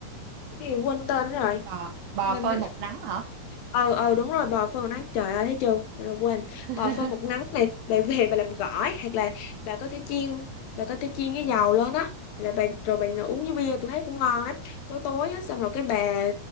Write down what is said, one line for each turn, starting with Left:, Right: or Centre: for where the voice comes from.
Left: cái gì quên tên rồi
Right: bò bò
Left: mình
Right: phơi một nắng hả
Left: ờ ờ đúng rồi bò phơi một nắng trời ơi thấy chưa Trời quên
Right: <laughs>
Left: bò phơi một nắng này bà về bà làm gỏi hoặc là bà có thể chiên bà có thể chiên cái dầu lên á Hoặc là bà rồi bà uống với bia tôi thấy cũng ngon lắm tối tối á xong rồi cái bà